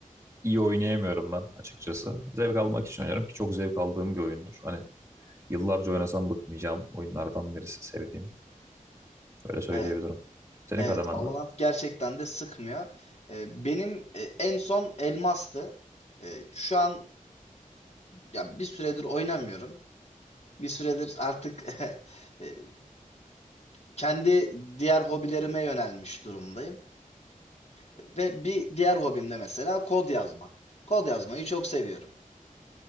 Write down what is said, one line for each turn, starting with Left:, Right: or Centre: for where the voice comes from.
Right: iyi oynayamıyorum ben açıkçası. Zevk almak için oynuyorum ki çok zevk aldığım bir oyundur. Hani yıllarca oynasam bıkmayacağım oyunlardan birisi sevdiğim. Böyle söyleyebilirim.
Left: Evet.
Right: Senin
Left: Evet.
Right: kademen
Left: Valorant
Right: ne?
Left: gerçekten de sıkmıyor. E, benim e, en son elmastı. E, şu an ya bir süredir oynamıyorum. Bir süredir artık <laughs> e, kendi diğer hobilerime yönelmiş durumdayım. Ve bir diğer hobim de mesela kod yazmak. Kod yazmayı çok seviyorum.